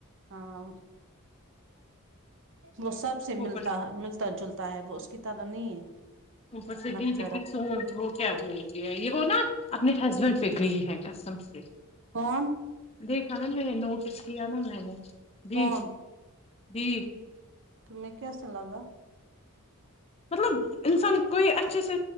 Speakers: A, on the right; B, on the left.
A: ہاں ہو ب وہ سب سے
B: اوپر
A: ملتا ملتا جلتا تا ہے وہ اس کی طرح نہیں ہے
B: اوپر سے
A: نک
B: بھی
A: چڑھا
B: دی کی سوچ وہ کیا بول گیا یہ وہ نا اپنے ہسبینڈ پہ بھی گی ہیںین کاس سم سے
A: کون
B: دیکھا نا میں نوٹس کیا نا میں نے بی
A: کون
B: جی
A: تمہیں کیا صلا گا
B: مطلب انسان کوئی اچھے سے